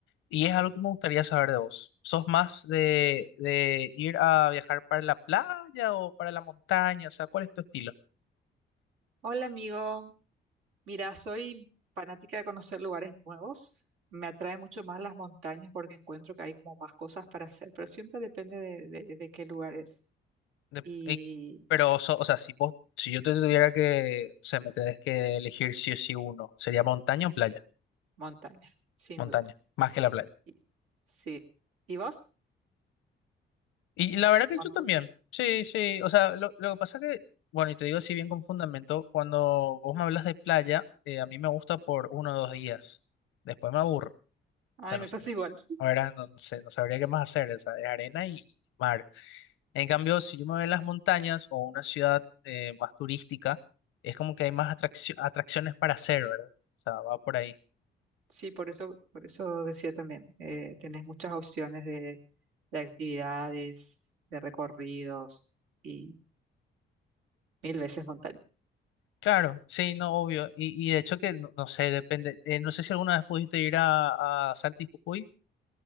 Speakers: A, on the left (about 85°); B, on the right (about 85°).
A: y es algo que me gustaría saber de vos. ¿Sos más de, de ir a viajar para la playa o para la montaña? O sea, ¿cuál es tu estilo?
B: Hola amigo, mira, soy fanática de conocer lugares nuevos. Me atrae mucho más las montañas porque encuentro que hay como más cosas para hacer, pero siempre depende de, de- de qué lugares.
A: de-
B: Y
A: y- pero, so- o sea, si vos, si yo te tuviera que, o sea, me tenés que elegir sí o sí uno, sería montaña o playa.
B: montaña, sin
A: Montaña,
B: duda.
A: más que la playa.
B: Y- sí. ¿Y vos?
A: Y la verdad que
B: Montaña.
A: yo también. Sí, sí. O sea, lo, lo que pasa que, bueno, y te digo así bien con fundamento, cuando vos me hablas de playa, eh, a mí me gusta por uno o dos días. Después me aburro.
B: Ay,
A: O sea,
B: me
A: no sabría.
B: pasa igual.
A: Ahora no sé, no sabría qué más hacer. O sea, es arena y mar. En cambio, si yo me voy a las montañas o una ciudad eh, más turística, es como que hay más atraccio- atracciones para hacer, ¿verdad? O sea, va por ahí.
B: Sí, por eso, por eso decía también, eh, tenés muchas opciones de, de actividades, de recorridos y mil veces montaña.
A: Claro, sí, no, obvio. Y, y de hecho que, no, no sé, depende. Eh, no sé si alguna vez pudiste ir a, a Salta y Jujuy.